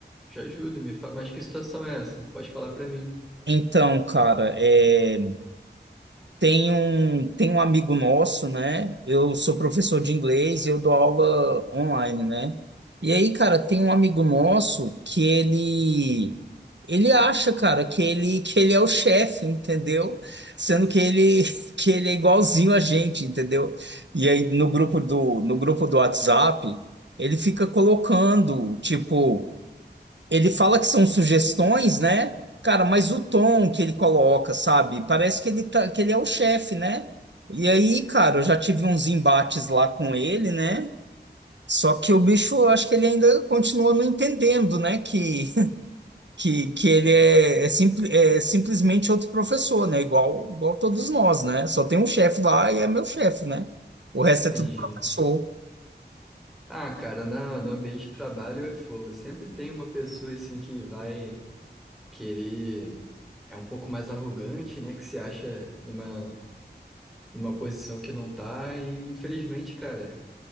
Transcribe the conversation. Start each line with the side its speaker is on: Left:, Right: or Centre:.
Centre: te ajudo. Me fa... Mas que situação é essa? Pode falar pra mim.
Right: Então, cara, é. Tem um, tem um amigo nosso, né? Eu sou professor de inglês e eu dou aula online, né? E aí, cara, tem um amigo nosso que ele ele acha, cara, que ele que ele é o chefe, entendeu? Sendo que ele <laughs> que ele é igualzinho a gente, entendeu? E aí no grupo do no grupo do WhatsApp, ele fica colocando, tipo, ele fala que são sugestões, né? Cara, mas o tom que ele coloca, sabe? Parece que ele tá, que ele é o chefe, né? E aí, cara, eu já tive uns embates lá com ele, né? Só que o bicho, eu acho que ele ainda continua não entendendo, né? Que, <laughs> que, que ele é, é, simpli- é simplesmente outro professor, né? Igual, igual todos nós, né? Só tem um chefe lá e é meu chefe, né? O resto é
Centre: Entendi.
Right: tudo professor.
Centre: Ah, cara, na- no ambiente de trabalho é fogo. Sempre tem uma pessoa assim que vai querer. É um pouco mais arrogante, né? Que se acha numa, numa posição que não tá. E infelizmente, cara,